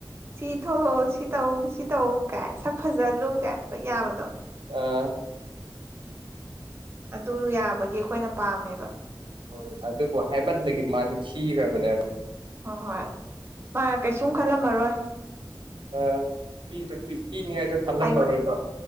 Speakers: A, on the right (about 30°); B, on the right (about 85°).
A: ꯁꯤ ꯊꯣꯛꯂꯛꯑꯣ ꯁꯤ ꯇꯧ ꯁꯤ ꯇꯧ ꯀꯥꯏ ꯁꯛ ꯐꯖꯜꯂꯨ ꯀꯥꯏ ꯌꯥꯕꯗꯣ
B: ꯑꯥ
A: ꯑꯗꯨ ꯌꯥꯕꯒꯤ ꯑꯩꯈꯣꯏꯅ ꯄꯥꯝꯃꯦꯕ
B: ꯑꯣ ꯑꯗꯨꯕꯨ ꯍꯥꯏꯃꯟꯗꯒꯤ ꯃꯥꯗꯤ ꯁꯤꯈ꯭ꯔꯕꯅꯦꯕ
A: ꯍꯣꯏ ꯍꯣꯏ ꯃꯥ ꯀꯩꯁꯨꯝ ꯈꯜꯂꯝꯃꯔꯣꯏ
B: ꯑ ꯄꯁꯨ ꯄꯤꯁ ꯄꯤꯅꯤꯉꯥꯏꯁꯨ ꯈꯜꯂꯝꯃꯔꯣꯏꯕ
A: ꯍꯥꯏꯃꯟ